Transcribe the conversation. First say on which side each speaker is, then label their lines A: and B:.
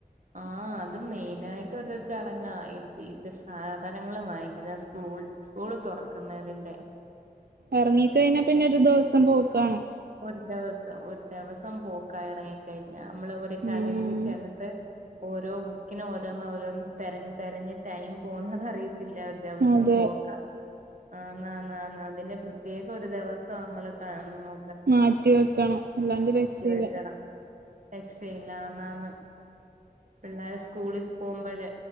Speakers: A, on the right; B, on the right.
A: ആഹ് അത് മെയിനായിട്ട് ഒരു ചടങ്ങാ. ഈ വീട്ട് സാധനങ്ങൾ വാങ്ങിക്കുക, സ്കൂൾ സ്കൂള് തൊറക്കുന്നതിന്റെ
B: എറങ്ങി കഴിഞ്ഞാ പിന്നെ ഒരു ദിവസം പോക്കാണ്.
A: ഒരു ദിവസം ഒരു ദിവസം പോക്ക ഇറങ്ങിക്കഴിഞ്ഞ നമ്മള് ഒരു കടയില്
B: ഉം
A: ചെന്നിട്ട് ഓരോ ബുക്കിനും ഓരോന്ന് ഓരോന്ന് തിരഞ്ഞ് തിരഞ്ഞ് ടൈം പോന്നത് അറിയത്തില്ല ദിവസം
B: അതെ
A: പോക്ക ആന്ന് ആന്ന് ആന്ന് അതിന് പ്രത്യേക ഒരു ദിവസം നമ്മള് ക നൊ
B: മാറ്റി വെക്കണം അല്ലാണ്ട് രക്ഷയില്ല
A: വെക്കണം രക്ഷയില്ല ആന്ന് ആന്ന് പിള്ളാര് സ്കൂളിൽ പോമ്പഴ്‌